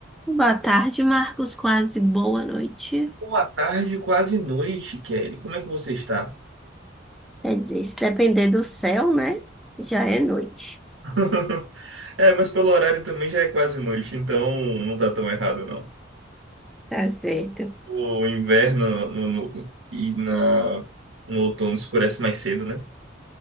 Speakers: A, in the centre; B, on the right.
A: Boa tarde, Marcos. Quase boa noite.
B: Boa tarde, quase noite, Kelly. Como é que você está?
A: Quer dizer, se depender do céu, né? Já é noite.
B: <laughs> É, mas pelo horário também já é quase noite, então não tá tão errado, não.
A: Tá certo.
B: O inverno no- no- e na, no outono escurece mais cedo, né?